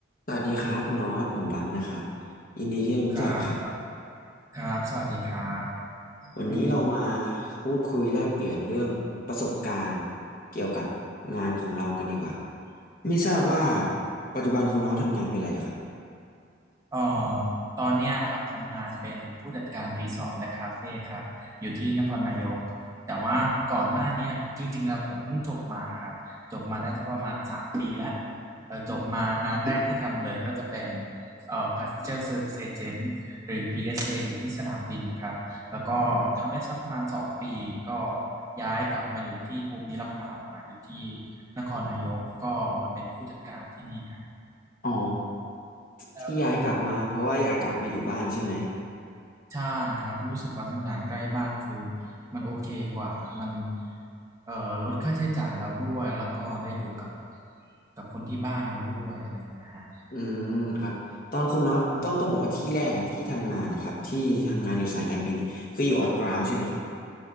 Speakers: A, on the left; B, on the right.
A: สวัสดีครับคุณน็อตผมดำนะครับยินดีที่ได้รู้จักครับ
B: ครับ สวัสดีครับสวัสดีครับ
A: วันนี้เรามา
B: อืม
A: พูดคุยแลกเปลี่ยนเรื่องประสบการณ์เกี่ยวกับงานของเรากันดีกว่าไม่ทราบว่าปัจจุบันคุณน็อตทำงานเป็นอะไรนะครับ
B: เอ่อตอนเนี้ยครับทำงานเป็นผู้จัดการรีสอร์ทและคาเฟ่ครับอยู่ที่นครนายกแต่ว่าก่อนหน้าเนี้ยจริงๆแล้วผมเพิ่งจบมาครับจบมาได้สักประมาณสามปีแล้วเอ่อจบมางานแรกที่ทำเลยก็จะเป็นเอ่อ Passenger Service Agent หรือ PSA อสเออยู่ที่สนามบินครับแล้วก็ทำได้สักประมาณสองปีก็ย้ายกลับมาอยู่ที่ภูมิลำเนาค่ะอยู่ที่นครนายกก็มาเป็นผู้จัดการที่นี่ครับ
A: อ๋อ
B: แล้วคุณคุณ
A: ที่ย้ายกลับมาเพราะว่าอยากกลับมาอยู่บ้านใช่ไหม
B: ใช่ครับรู้สึกว่าทำงานใกล้บ้านคือมันโอเคกว่ามันเอ่อลดค่าใช้จ่ายเราด้วยแล้วก็ได้อยู่กับกับคนที่บ้านเราด้วยอะไรอย่างเงี้ยฮะ
A: อืมครับตอนคุณน็อตต้องต้องบอกว่าที่แรกอะที่ทำงานนะครับที่ทำงานอยู่สายการบินนี่คืออยู่ออนกราวใช่ไหมครับ
B: อัน